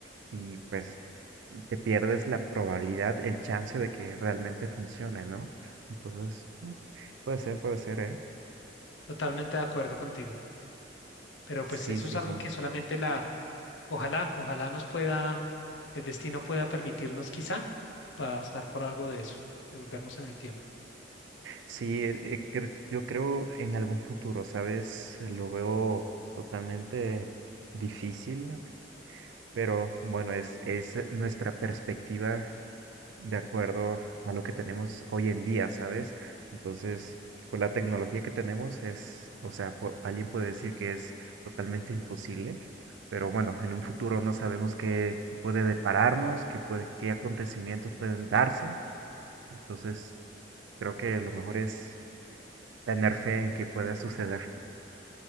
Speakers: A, on the right; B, on the left.
A: y pues te pierdes la probabilidad, el chance de que realmente funcione, ¿no? Entonces, mm, puede ser, puede ser, ¿eh?
B: Totalmente de acuerdo contigo, pero
A: Sí,
B: pues eso
A: sí,
B: es algo
A: sí.
B: que solamente la, ojalá, ojalá nos pueda, el destino pueda permitirnos quizá pasar por algo de eso, devolvernos en el tiempo.
A: Sí, eh, eh, cre- yo creo en algún futuro, ¿sabes? Lo veo totalmente difícil, pero bueno, es, es nuestra perspectiva de acuerdo a lo que tenemos hoy en día, ¿sabes? Entonces, pues la tecnología que tenemos es, o sea, po- alguien puede decir que es totalmente imposible, pero bueno, en un futuro no sabemos qué, qué puede depararnos, qué puede, qué acontecimientos pueden darse, entonces creo que lo mejor es Tener fe en que pueda suceder.